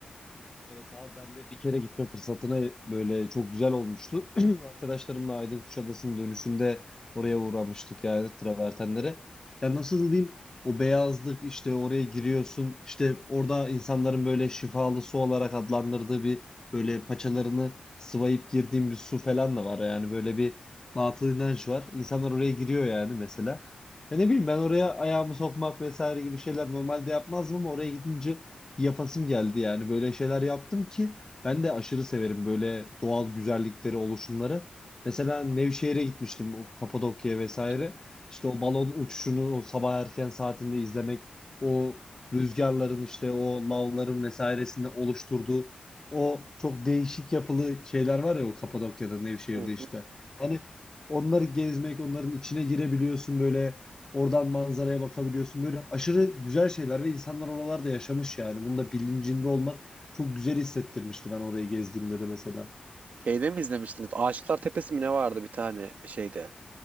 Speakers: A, on the left (about 25°); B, on the right (about 75°).
A: Evet abi ben de bir kere gitme fırsatına böyle çok güzel olmuştu. <clears throat> Arkadaşlarımla Aydın Kuşadası'nın dönüşünde oraya uğramıştık yani travertenlere. Ya nasıl diyeyim o beyazlık işte oraya giriyorsun işte orada insanların böyle şifalı su olarak adlandırdığı bir böyle paçalarını sıvayıp girdiğim bir su falan da var. Yani böyle bir batıl inanç var. İnsanlar oraya giriyor yani mesela. Ya ne bileyim ben oraya ayağımı sokmak vesaire gibi şeyler normalde yapmazdım ama oraya gidince bir yapasım geldi yani. Böyle şeyler yaptım ki ben de aşırı severim böyle doğal güzellikleri, oluşumları. Mesela Nevşehir'e gitmiştim, o Kapadokya'ya vesaire.
B: <laughs> Evet.
A: İşte o balon uçuşunu o sabah erken saatinde izlemek, o rüzgarların işte o lavların vesairesinde oluşturduğu o çok değişik yapılı şeyler var ya o Kapadokya'da, Nevşehir'de
B: Hı
A: işte.
B: hı.
A: Yani onları gezmek, onların içine girebiliyorsun böyle Oradan manzaraya bakabiliyorsun. Böyle aşırı güzel şeyler ve insanlar oralarda yaşamış yani. Bunun da bilincinde olmak çok güzel hissettirmişti ben orayı gezdiğimde de mesela.
B: Şeyde mi izlemiştiniz? Aşıklar Tepesi mi ne vardı bir tane şeyde?